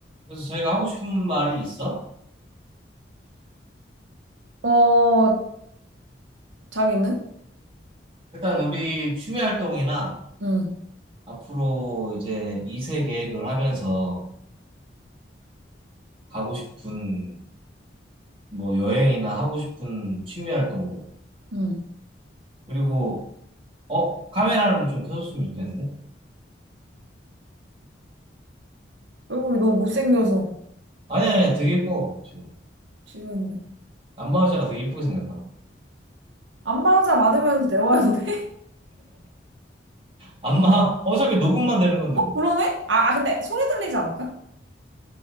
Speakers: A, on the right; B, on the right.
A: 그래서 저희가 하고 싶은 말이 있어?
B: 어, 자기는?
A: 일단 우리 취미 활동이나
B: 응,
A: 앞으로 이제 2세 계획을 하면서 가고 싶은 뭐 여행이나 하고 싶은 취미 활동들.
B: 응.
A: 그리고 어? 카메라는 좀 켜줬으면 좋겠는데?
B: 얼굴이 너무 못생겨서
A: 아니 아니 되게 예뻐 지금.
B: 싫어했는데.
A: 안마 의자가 되게 예쁘게 생겼다.
B: 안마자 받으면서 대화해도 돼?
A: 안마 어차피 녹음만 되는
B: <laughs>
A: 건데
B: 어,
A: 뭐.
B: 그러네? 아, 아, 근데 소리 들리지 않을까?